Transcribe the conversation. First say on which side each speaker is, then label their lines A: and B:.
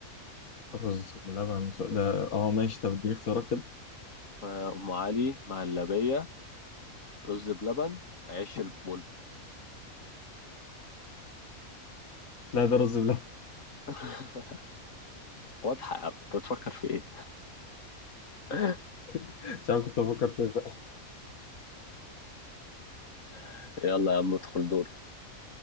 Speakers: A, on the left; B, on the left.
A: رز ولبن س- ده اه ماشي طب اديني اختيارات كده
B: آه، أم علي مهلبية رز بلبن عيش البلبل
A: لا ده رز بلبن
B: <laughs> واضحة يا عم انت بتفكر في ايه؟ <laughs>
A: <laughs> مش عارف كنت بفكر فيه بقى
B: <applause> يلا يا عم ادخل دورة